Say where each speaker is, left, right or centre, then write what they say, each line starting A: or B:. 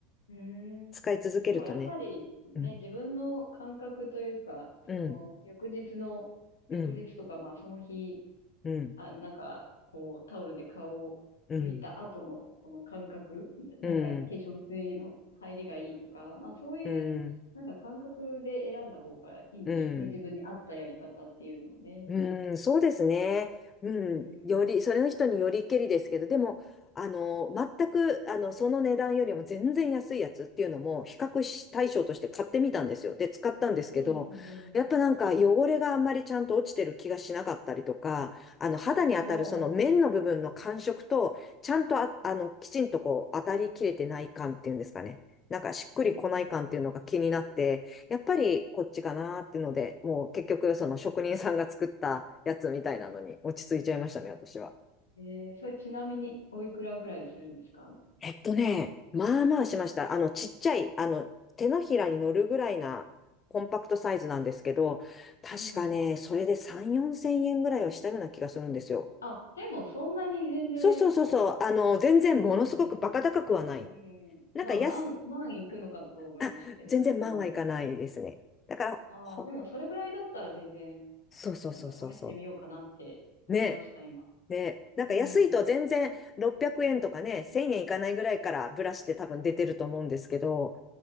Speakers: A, on the left; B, on the left.
A: うん。
B: 使い続けるとね、
A: でもやっぱりね、
B: うん、
A: 自分の感覚というか、
B: うん、
A: その翌日の、
B: うん、
A: 翌日とかまあその日
B: うん、
A: あ、なんか、こう、タオルで顔を拭いた後のこの感覚、
B: うん、
A: なんか、
B: うん、
A: 化粧水の入りがいいとか、まあそういう、
B: うん、
A: なんか感覚で選んだ方がいいんでしょうね。
B: うん。
A: 自分に合ったやり方っていうのをね。
B: うん、そうですね。うん、
A: うん。
B: より、それの人によりけりですけど、でも、あの、全く、あの、その値段よりも全然安いやつっていうのも、比較し対象として買ってみたんですよ。で、使ったんですけど、
A: うんうんうん。
B: やっぱなんか汚れがあんまりちゃんと落ちてる気がしなかったりとか、あの、肌に当たるその面の部分の感触と、
A: ああ。
B: ちゃんとあ、あの、きちんとこう、当たりきれてない感っていうんですかね。なんかしっくりこない感っていうのが気になって、
A: うんう
B: やっぱりこっちかなーってので、もう結局その職人さんが作ったやつみたいなのに落ち着いちゃいましたね、私は。
A: ん。えー、それちなみにおいくらぐらいするんですか
B: えっとね、まあまあしました。あの、ちっちゃい、あの、手のひらに乗るぐらいなコンパクトサイズなんですけど、確かね、
A: うんうん。
B: それで3、4千円ぐらいはしたような気がするんですよ。
A: あ、でもそんなに全然、
B: そうそうそうそう、あの、全然ものすごくバカ高くはない。
A: あれですね。うんうんうん。
B: なんか安、
A: まあ、万、万いくのかと思いましたけど、
B: あ、全然万はいかないですね。
A: そこまでだ。
B: だから、
A: ああ、
B: ほ、
A: でもそれぐらいだったら全然、
B: そうそうそうそうそ
A: なんか試してみようかなって思いました、
B: う。ね、
A: 今。
B: ね、なんか安いと全然600円とかね、
A: うん。
B: 1000円いかないぐらいからブラシって多分出てると思うんですけど、